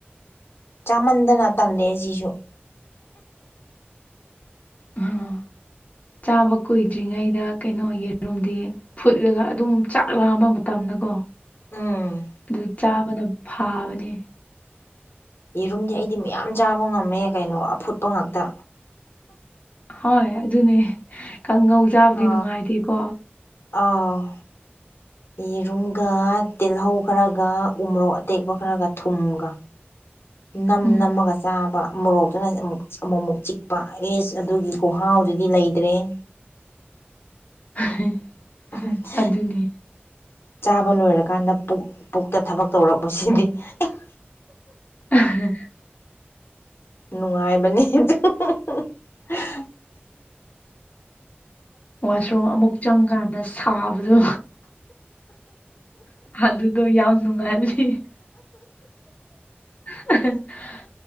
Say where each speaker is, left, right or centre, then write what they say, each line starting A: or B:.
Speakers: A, on the left (about 70°); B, on the left (about 40°).
A: ꯆꯥꯃꯟꯗꯅ ꯇꯜꯂꯦ ꯑꯁꯤꯁꯨ <unintelligible>
B: ꯑꯥ ꯆꯥꯕ ꯀꯨꯏꯗ꯭ꯔꯤꯉꯩꯗ ꯀꯩꯅꯣ ꯌꯦꯔꯨꯝꯗꯤ ꯐꯨꯠꯂꯒ ꯑꯗꯨꯝ ꯆꯥꯛ ꯂꯥꯝꯕ ꯃꯇꯝꯗꯀꯣ
A: ꯎꯝ
B: ꯑꯗꯨ ꯆꯥꯕꯅ ꯐꯥꯕꯅꯦ
A: ꯌꯦꯔꯨꯝꯗꯤ ꯑꯩꯗꯤ ꯃꯌꯥꯝ ꯆꯥꯕ ꯉꯝꯃꯦ ꯀꯩꯅꯣ ꯑꯐꯨꯠꯄ ꯉꯥꯛꯇ
B: ꯍꯣꯏ ꯑꯗꯨꯅꯦ ꯀꯥꯡꯉꯧ ꯆꯥꯕꯗꯤ
A: ꯑ
B: ꯅꯨꯡꯉꯥꯏꯇꯦꯀꯣ
A: ꯑꯥꯎ ꯌꯦꯔꯨꯝꯒ ꯇꯤꯜꯍꯧ ꯈꯔꯒ ꯎꯃꯣꯔꯣꯛ ꯑꯇꯦꯛꯄ ꯈꯔꯒ ꯊꯨꯝꯒ ꯅꯝ
B: ꯎꯝ
A: ꯅꯝꯃꯒ ꯆꯥꯕ ꯃꯣꯔꯣꯛꯇꯨꯅ ꯑꯃꯨꯛ ꯑꯃꯨꯛ ꯑꯃꯨꯛ ꯆꯤꯛꯄ ꯑꯦꯁ ꯑꯗꯨꯒꯤ ꯈꯨꯍꯥꯎꯗꯨꯗꯤ ꯂꯩꯇ꯭ꯔꯦꯍꯦ
B: <inaudible> <unintelligible>
A: <unintelligible>
B: ꯑꯗꯨꯅꯤ
A: ꯆꯥꯕ ꯂꯣꯏꯔꯀꯥꯟꯗ ꯄꯨꯛ ꯄꯨꯛꯇ ꯊꯕꯛ ꯇꯧꯔꯛꯄꯁꯤꯗꯤ <unintelligible>
B: <unintelligible>
A: ꯅꯨꯡꯉꯥꯏꯕꯅꯦ <unintelligible>
B: ꯋꯥꯁꯔꯨꯝ ꯑꯃꯨꯛ ꯆꯪꯀꯥꯟꯗ ꯁꯥꯕꯗꯣ ꯑꯗꯨꯗꯣ ꯌꯥꯝ ꯅꯨꯡꯉꯥꯏꯕꯅꯦ ꯍꯤ <unintelligible>